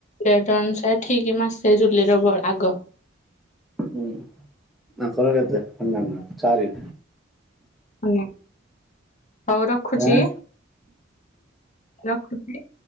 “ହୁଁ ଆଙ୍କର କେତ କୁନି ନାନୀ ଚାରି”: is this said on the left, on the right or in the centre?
Centre